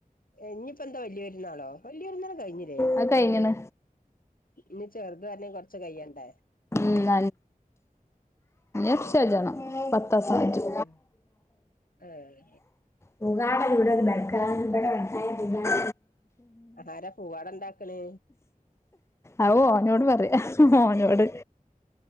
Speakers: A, on the left; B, on the left.
A: ഇനി ഇപ്പോന്താ വലിയപെരുന്നാളോ വലിയപെരുന്നാള് കഴിഞ്ഞില്ലേ.
B: അഹ് കയിഞ്ഞിണ്.
A: ഇനി ചെറുത് വരണേ കൊറച്ച് കഴിയണ്ടേ
B: ഇല്ല
A: ആഹ്
B: ഇക്ഷഷജാണ് പത്താസജു
A: ഉം ആഹ്
B: പുകാട ഇവിടെത് ബെക്ക ഇവിടെണ്ടായുക
A: അതാരാ പൂവാടണ്ടാക്കണ്
B: ആവോ ഓനോട് പറയാ മോനോട്